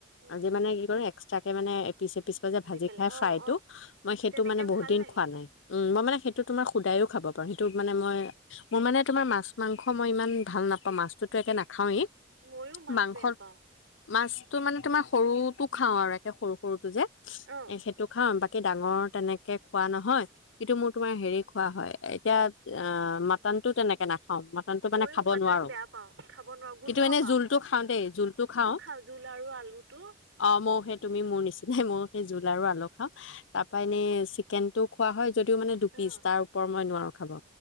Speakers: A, on the right; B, on the left.
A: অঁ
B: আজি মানে কি কৰে এক্সট্ৰা কে মানে পিছে পিচফা যে ভাজি
A: পেলাই
B: খাই
A: অ
B: ফ্ৰাই
A: অ
B: টো মই সেইটো
A: তেনেকে
B: মানে বহুত
A: ভাল
B: দিন
A: লাগে
B: খোৱা নাই মই মানে সেইটো তোমাৰ সুদায়ও খাব পাৰো সেইটো মানে মই মোৰ মানে তোমাৰ মাছ মাংস মই ই ভাল নাপাও মাছতো একে ন খাওঁৱেই
A: ময়ো মাছ
B: মাংস
A: বেয়া পাওঁ
B: মাছটো মানে তোমাৰ সৰুতো খাওঁ আৰু সৰু সৰুটো যে
A: অ
B: এ সেইটো খাওঁ বাকী ডাঙৰ তেনেকে খোৱা নহয় কিন্তু মোৰ তোমাৰ হেৰি খোৱা হয় এতিয়া অ মাটনটো তেনেকে নাথে মাটনটো
A: ময়ো
B: মানে খাব
A: মটন
B: নোৱাৰো
A: বেয়া পাওঁ খাব নোৱাৰো গোন্ধ
B: কিন্তু এনে
A: পাওঁ
B: জোলটো খাও দেই জোলটো খাও
A: খাওঁ জোল আৰু আলুটো
B: অ মৌ সে তুমি মোৰ নিচিনা মই সেই জোল আৰু আলু খাওঁ তাৰ পৰা এনে জোলটো খোৱা হয় যদিও মানে দুপিছ
A: অ
B: তাৰ ওপৰ মই নোৱাৰো খাব